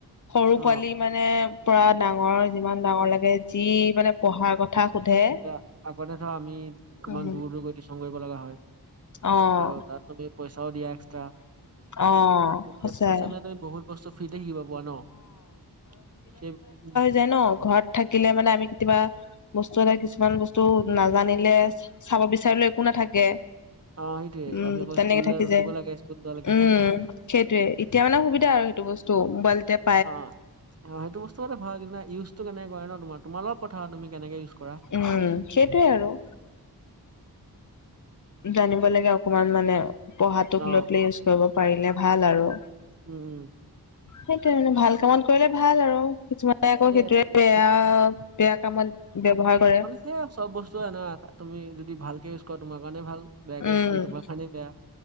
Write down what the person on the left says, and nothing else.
সৰু
পোৱালি মানে, পূৰা ডাঙৰ! যিমান ডাঙৰ
লাগে, যি মানে, পঢ়াৰ কথা সোধে।
উম
অ'।
অ',
সঁচাই।
যে ন'! ঘৰত থাকিলে মানে, আমি কেতিয়াবা বস্তু এটা, কিছুমান বস্তু নাজানিলে, চাব বিচাৰিলে একো নাথাকে।
উম!
তেনেকে
থাকি
যায়।
উম! সেইটোৱে, এতিয়া মানে, সুবিধা আৰু সেইটো বস্তু, মোবাইল টেপ
উম! সেইটোৱে আৰু। জানিব লাগে, অকমান মানে। পঢ়াটোক
লৈ পেলাই, ইউজ কৰিব পাৰিলে ভাল আৰু।
সেইটোৱে মানে, ভাল কামত কৰিলে, ভাল আৰু। কিছুমান আকৌ,
সেইটোৱে,
বেয়া- বেয়া কামত ব্যৱহাৰ কৰে।
উম!